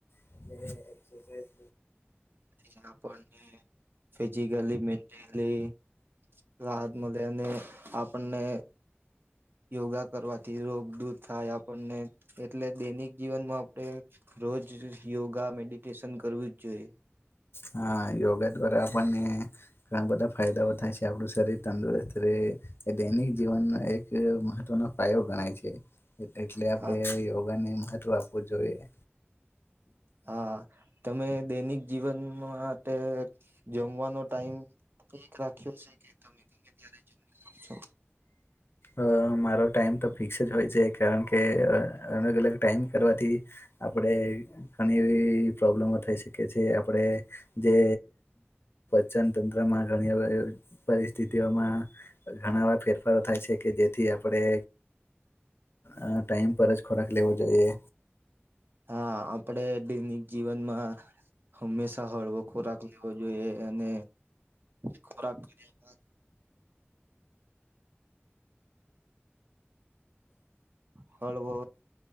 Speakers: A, on the left; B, on the right.
A: <unintelligible>
B: તેના આપને ફિજિકલી મેન્ટલી રા મળે અને આપણને યોગા કરવા થી રોગ દૂર થાય આપણને એટલે દૈનિક જીવનમાં આપણે રોજ યોગા મેડિ સ્ટેશન કરવું જ જોઈએ.
A: હા યોગા દ્વારા આપણને ઘણા બધા ફાયદાઓ થાય છે. એ આપણું શરીર તંદુરસ્ત રહે એ દૈનિક જીવનનો એક મહત્વનો પાયો ગણાય છે. એટલે આપણેે
B: હા.
A: યોગાને મહત્વ આપવું જોઈએ.
B: હા તમે દૈનિક જીવન માંટે જમવાનો ટાઈમ એક રાખ્યો છે કે તમે ગમે ત્યારે જમી લો છો?
A: અ મારો ટાઈમ તો ફિક્સ જ હોય છે, કારણ કે અલગ- અલગ ટાઈમ કરવાથી આપડે અણી એવી પ્રોબ્લેમો થઈ શકે છે, આપડે જે જનતંત્રમાં ઘણી હવે પરિસ્થિતિઓમાં ઘણા એવા ફેરફારો થાય છે, કે જેથી આપણે અ ટાઈમ પર જ ખોરાક લેવો જોઈએ.
B: હા આપડે દૈનિક જીવનમાં હંમેશા હળવો ખોરાક લેવો જોઈએ અને ખોરાક લ્યા બાદ હળવો